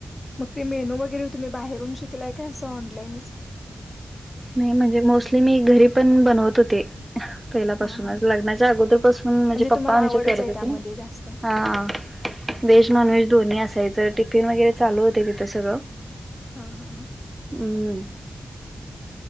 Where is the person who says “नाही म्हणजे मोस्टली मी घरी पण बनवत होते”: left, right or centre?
Right